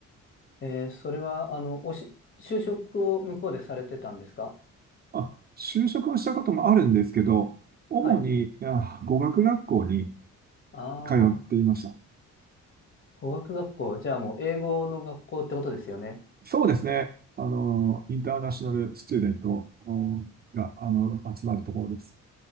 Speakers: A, on the left (about 40°); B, on the right (about 35°).
A: えー、それは、あの、おし、就職を向こうでされてたんですか
B: あ、就職をしたこともあるんですけど、主に、
A: はい。
B: あ、語学学校に
A: ああ、
B: 通っていました。
A: 語学学校。じゃあもう英語の学校ってことですよね。
B: そうですね、あのーインターナショナルスチューデントおが、あの、集まるところです。